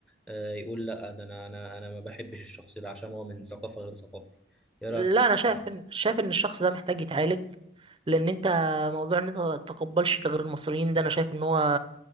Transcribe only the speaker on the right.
لا
انا شايف
ان شايف ان الشخص ده محتاج يتعالج لان انت موضوع ان انت ما تتقبلش غير المصريين ده انا شايف ان هو